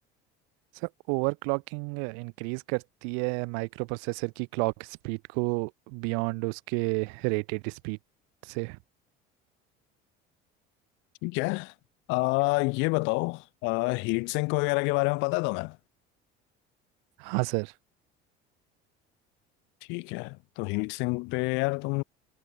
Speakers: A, on the right; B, on the left.
A: सर ओवरक्लॉकिंग इंक्रीज करती है माइक्रो प्रोसेसर की क्लॉक स्पीड को बियॉन्ड उसके रेटेड स्पीड से
B: ठीक है आ, ये बताओ आ, हीट सिंक वगैरह के बारे में पता है तुम्हें
A: हाँ सर
B: ठीक है तो हीट सिंक पे यार तुम